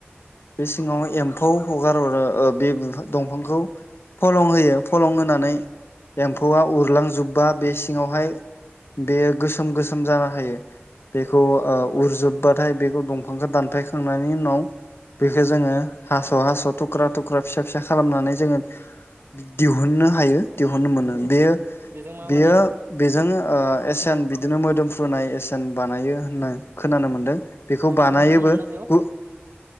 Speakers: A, on the left (about 70°); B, on the right (about 70°).
A: बे सिङाव एम्फौ हगार <unintelligible> बे बिफां-दंफांखौ फलं होयो फलं होनानै
B: ओ
A: एम्फौआ उरलांजुब बा बे सिङावहाय बेयो गोसोम गोसोम <unintelligible> जानो हायो बेखौ
B: औ
A: ओ उरजोबबाथाय बेखौ दंफांजों दानफायखा खांनायनि उनाव बेखौ जोङो हास' हास' थुख्रा-थुख्रा फिसा-फिसा खालामनानै जोङो दिहुननो हायो दिहुननो मोनो
B: औ
A: बेयो
B: बेजों मा
A: बेयो
B: बानायो
A: बेजोंनो ओ एसेन बिदिनो मोदोमफ्रुनाय एसेन बानायो होननाय खोनानो मोन्दों
B: उम
A: बेखौ
B: आरो
A: बानायोबो
B: गोबां रां मोनोना बेयाव
A: गु